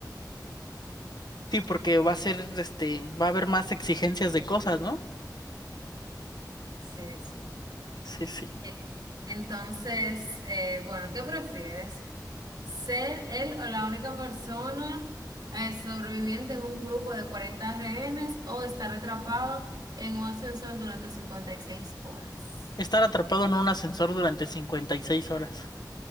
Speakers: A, on the left; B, on the right.
A: Sí, porque va a ser, este, va a haber más exigencias de cosas, ¿no?
B: Sí, sí.
A: Sí, sí.
B: Eh, Entonces, eh, bueno, ¿qué prefieres? ¿Ser él o la única persona eh, sobreviviente en un grupo de 40 rehenes o estar atrapado en un ascensor durante 56 horas?
A: Estar atrapado en un ascensor durante 56 horas.